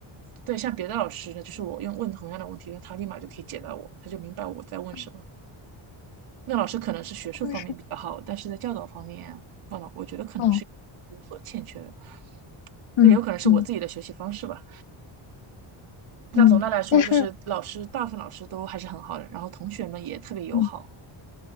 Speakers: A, on the right; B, on the left.
A: 对，像别的老师呢，就是我用问同样的问题，那他立马就可以解答我，他就明白我在问什么。
B: 嗯，
A: 那老师可能是学术方面比较好，
B: 但是，
A: 但是在教导方面，忘了，我觉得可能是有所欠缺的。
B: 哦嗯嗯
A: 这也有可能是我自己的学习方式吧。那总的来说，
B: 嗯但是。
A: 就是老师，大部分老师都还是很好的，然后同学们也特别友好。
B: 嗯。